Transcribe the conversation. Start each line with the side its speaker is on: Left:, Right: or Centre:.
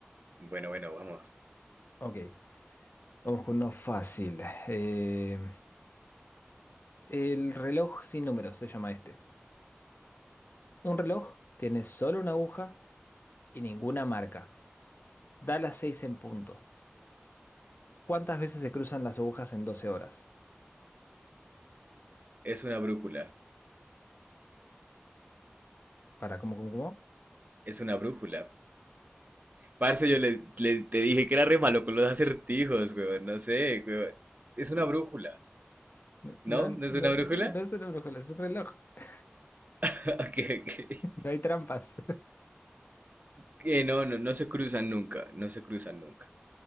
Right: Bueno, bueno, vamos.
Left: Ok, vamos con uno fácil. Eh, el reloj sin números se llama este. Un reloj tiene solo una aguja y ninguna marca. Da las seis en punto. ¿Cuántas veces se cruzan las agujas en 12 horas?
Right: Es una brújula,
Left: Para, ¿cómo, cómo, cómo?
Right: es una brújula. Parce, yo le, le- te dije que era re malo con los acertijos, weón, no sé, weón. Es una brújula,
Left: No,
Right: ¿no?
Left: no,
Right: ¿No es
Left: no,
Right: una brújula?
Left: no es una brújula, es un reloj. <laughs>
Right: <laughs> Ok, ok.
Left: No hay trampas.
Right: Que no, no, no se cruzan nunca, no se cruzan nunca.